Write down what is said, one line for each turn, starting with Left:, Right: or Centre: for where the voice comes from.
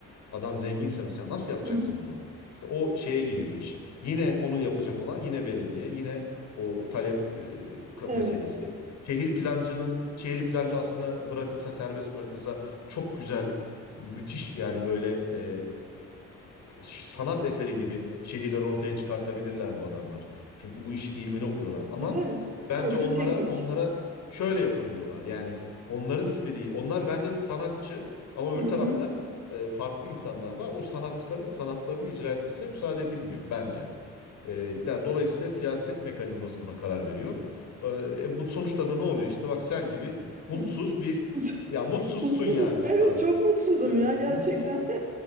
Left: adam zenginse mesela nasıl yapacaksın
Right: Hı hı.
Left: onu? İşte o şeye giriyor iş. Yine onu yapacak olan yine belediye, yine o talep e, ka-
Right: Evet.
Left: meselesi. Şehir plancının, şehir plancı aslında bırakılsa, serbest bırakılsa çok güzel, müthiş yani böyle e, sanat eseri gibi şehirler ortaya çıkartabilirler bu adamlar. Çünkü bu işin ilmini okuyorlar. Ama
Right: E tabii sonuçta
Left: bence onlara
Right: teknik.
Left: onlara şöyle yapın diyorlar. Yani onların istediği, onlar bence bir sanatçı ama
Right: Hı
Left: öbür tarafta
Right: hı.
Left: e, farklı insanlar var. O sanatçıların sanatlarını icra etmesine müsaade edilmiyor bence. E, yani dolayısıyla siyaset mekanizması buna karar veriyor. Ee, E, bu sonuçta da ne oluyor? İşte bak sen gibi mutsuz
Right: Hı hı.
Left: bir
Right: Mut-
Left: ya mutsuzsun
Right: Mutsuzum.
Left: yani
Right: Evet
Left: şu an.
Right: çok mutsuzum
Left: Evet.
Right: ya gerçekten.
Left: Mutsuz